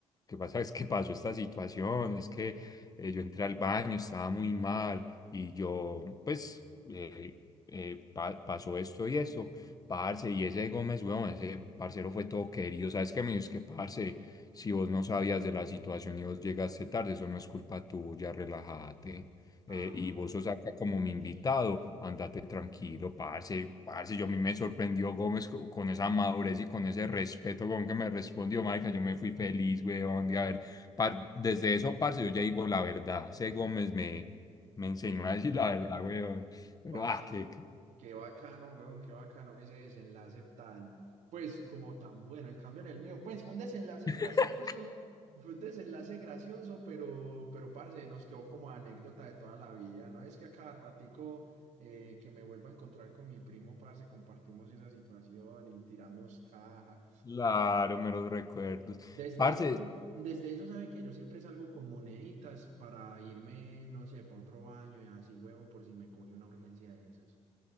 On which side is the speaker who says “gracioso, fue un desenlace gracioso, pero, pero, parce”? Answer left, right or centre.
Right